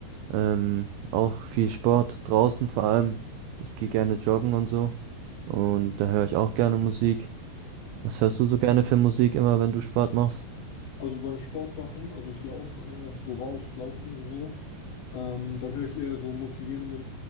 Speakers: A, on the right (about 85°); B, on the left (about 85°).
A: Ähm, auch viel Sport draußen vor allem. Ich gehe gerne joggen und so. Und da höre ich auch gerne Musik. Was hörst du so gerne für Musik immer, wenn du Sport machst?
B: Also beim Sport machen, also ich gehe auch äh, so raus, laufen und so. Ähm, dann höre ich eher so motivierende